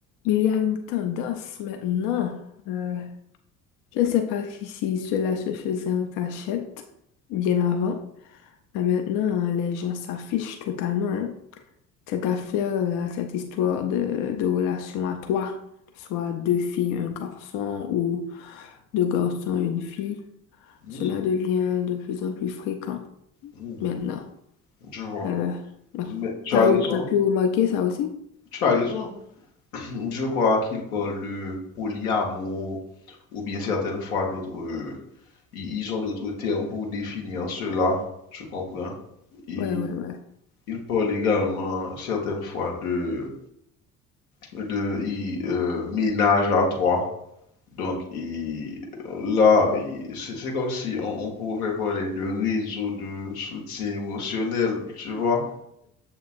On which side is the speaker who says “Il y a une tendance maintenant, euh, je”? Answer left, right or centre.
Left